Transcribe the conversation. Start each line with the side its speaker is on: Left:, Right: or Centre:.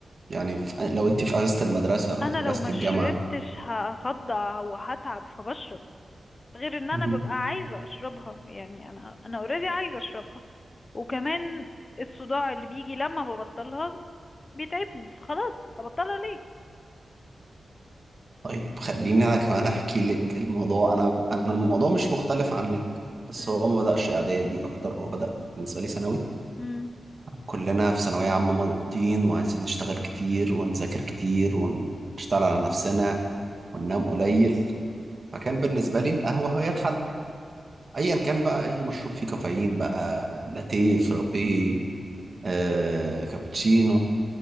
Right: يعني في لو انت في اجازة المدرسة او
Left: انا
Right: في اجازة
Left: لو ما
Right: الجامعة
Left: شربتش هصدع وهتعب فبشرب غير ان انا
Right: مم.
Left: ببقى عايزة اشربها يعني انا انا اوريدي عايزة اشربها وكمان الصداع اللي بيجي لما ببطلها بيتعبني فخلاص ابطلها ليه
Right: طيب خليني انا كمان احكي لك الموضوع انا انا الموضوع مش مختلف عنك بس
Left: مم.
Right: هو ما بدأش اعدادي اكتر هو بدأ بالنسبة لي ثانوي
Left: مم.
Right: كلنا في ثانوية عامة مضغوطين وعايزين نشتغل كتير ونذاكر كتير ونشتغل على نفسنا وننام قليل فكان بالنسبة لي القهوة هي الحل ايا كان بقى اي مشروب فيه كافيين بقى لاتيه فرابيه آه، كابتشينو